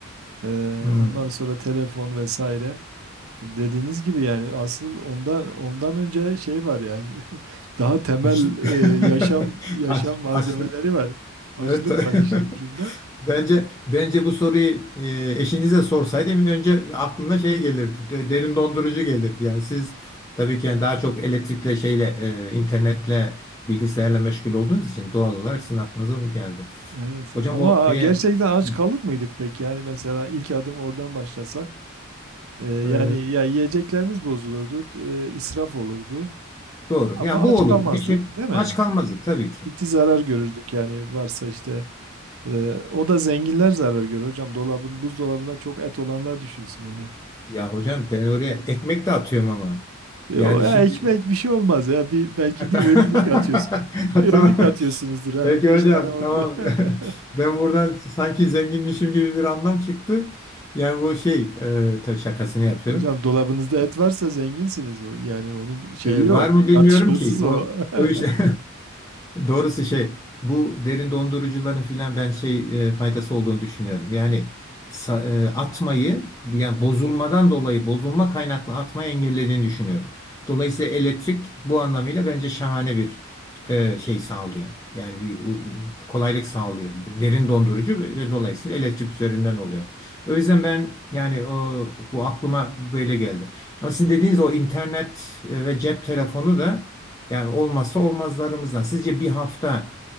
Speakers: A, on the right; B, on the left.
A: e,
B: Hmm,
A: ondan sonra telefon vesaire. Dediğiniz gibi yani asıl ondan ondan önce şey var yani. <laughs> Daha temel
B: açlık.
A: e, yaşam
B: <laughs>
A: yaşam
B: Aç,
A: malzemeleri
B: açlık.
A: var. Açlık
B: Evet. <laughs>
A: var işin ucunda.
B: Bence bence bu soruyu e, eşinize sorsaydım önce aklına şey gelirdi. de- Derin dondurucu gelirdi. Yani siz tabii ki yani daha çok elektrikle şeyle e, internetle bilgisayarla meşgul olduğunuz için doğal olarak sizin aklınıza bu geldi.
A: Evet
B: Hocam
A: ama
B: o şeye
A: gerçekten aç
B: Hı.
A: kalır mıydık peki? Yani mesela ilk adım oradan başlasak e, yani
B: e,
A: ya yiyeceklerimiz bozulurdu, e, israf olurdu
B: doğru.
A: ama
B: Yani bu
A: aç
B: olur.
A: kalmazdık
B: Bir şey
A: değil mi?
B: aç kalmazdık tabii ki.
A: Ciddi zarar görürdük yani varsa işte e, o da zenginler zarar görür hocam. Dolabın buzdolabına çok et olanlar düşünsün onu.
B: Ya hocam ben oraya ekmek de atıyorum ama.
A: E,
B: Yani
A: o ya
B: şimdi
A: ekmek bir şey olmaz ya bir belki
B: <laughs>
A: bir öğünlük atıyorsun. Bir
B: tamam.
A: öğünlük atıyorsunuzdur yani
B: Peki
A: beş
B: hocam
A: tane on...
B: tamam. <laughs>
A: <laughs>
B: Ben buradan sanki zenginmişim gibi bir anlam çıktı. Yani bu şey e, tabii şakasını yapıyorum.
A: Hocam dolabınızda et varsa zenginsiniz. O- Yani onun şeyi
B: Ee,
A: yok.
B: var mı bilmiyorum
A: Tartışmasız
B: ki.
A: o.
B: O, o
A: <laughs>
B: işte <laughs> doğrusu şey bu derin dondurucuların filan ben şey e, faydası olduğunu düşünüyorum. Yani sa- e, atmayı yani bozulmadan dolayı bozulma kaynaklı atmayı engellediğini düşünüyorum. Dolayısıyla elektrik bu anlamıyla bence şahane bir e, şey sağlıyor. Yani bir u- e, kolaylık sağlıyor. Derin dondurucu ve ve dolayısıyla elektrik üzerinden oluyor. O yüzden ben yani o, bu aklıma böyle geldi. Ama sizin dediğiniz o internet e, ve cep telefonu da yani olmazsa olmazlarımızdan. Sizce bir hafta